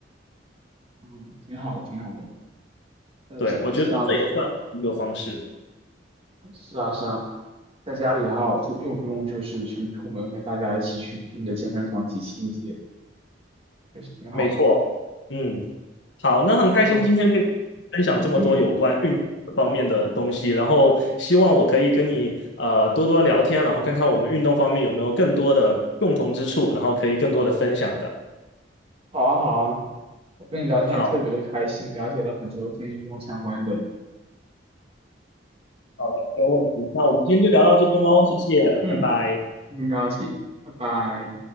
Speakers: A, on the right (about 35°); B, on the left (about 70°).
A: <laughs> 嗯，挺好的，挺好的。那这这样子，
B: 对，我觉得这也算是一个方式。
A: 是啊，是啊，在家里哈，不又不用就是去出门跟大家一起去拼着健身房挤吸一些，也是挺好的。
B: 没错，嗯，好，那很开心今天跟你分享这么多有关运动方面的东西，
A: 但是我，嗯，
B: 然后希望我可以跟你呃多多聊天，然后看看我们运动方面有没有更多的共同之处，然后可以更多的分享的。
A: 好啊，好啊，我跟你聊天也特别的开心，
B: 好，
A: 了解了很多跟运动相关的。
B: 好的，没有问题。那我们今天就聊到这边喽，谢谢，
A: 嗯。
B: 拜拜。
A: 今天就到这里，拜拜。